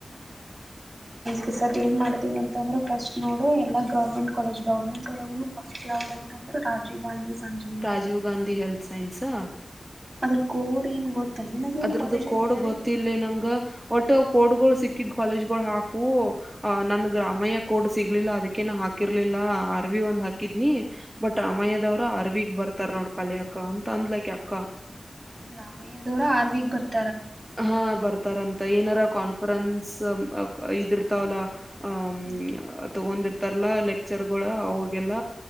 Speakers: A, on the right; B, on the right.
A: ಹಸರ್ ಏನ್ ಮಾಡ್ತೀನಿ ಅಂತಂದ್ರೆ ಫಸ್ಟ್ ನೋಡು ಎಲ್ಲಾ ಗೌರ್ಮೆಂಟ್ ಕಾಲೇಜ್ ಗೌರ್ಮೆಂಟ್ ಒಳಗ ಫಸ್ಟ್ ಯಾವ್ದ್ ಅಂತಂದ್ರೆ ರಾಜೀವ್ ಗಾಂಧಿ ಸಂಜೀವ್
B: ರಾಜೀವ್ ಗಾಂಧಿ ಹೆಲ್ತ್ ಸೈನ್ಸಾ
A: ಅದ್ರ ಕೋಡ್ ಏನ್ ಗೊತ್ತನ್ ನಿನಗ
B: ಅದ್ರದ್ದ
A: ಕಾಲೇಜಲ್ಲಿ
B: ಕೋಡು
A: ಏನಾರ
B: ಗೊತ್ತಿಲ್ಲ ನಂಗಂಗ ಒಟ್ಟು ಕೋಡ್ಗಳು ಸಿಕ್ಕಿದ್ ಕಾಲೇಜ್ ಗಳು ಹಾಕು ಅ ನನ್ಗೆ ರಾಮಯ್ಯ
A: ಹ್ಮ್
B: ಕೋಡ್ ಸಿಗ್ಲಿಲ್ಲ ಅದಕ್ಕೆ ಕನ ಹಾಕಿರ್ಲಿಲ್ಲ ಅರ್ವಿ ಒಂದ್ ಹಾಕಿದ್ನಿ ಬಟ್ ರಾಮಯ್ಯದವರ
A: ಹ್ಮ್
B: ಅರ್ವಿಗ್ ಬರ್ತ ಇತರ ನೋಡ್ ಕಲೆ ಅಕ್ಕ ಅಂತ ಅಂದ್ಲ ಅಕಿ ಅಕ್ಕ
A: ರಾಮಯ್ಯದವರ ಆರ್ಮಿಗಿ ಬರ್ತಾರೆ
B: ಹಾ ಬರ್ತಾರಂತ ಏನಾರ ಕಾನ್ಫರೆನ್ಸ್ ಇದಿರ್ತಾವಲ್ಲ ಹ್
A: ಹ್ಮ್
B: ತಗೊಂಡಿರ್ತಾರಲ್ಲ ಲೆಕ್ಚರ್ ಗಳು ಅವಾಗೆಲ್ಲ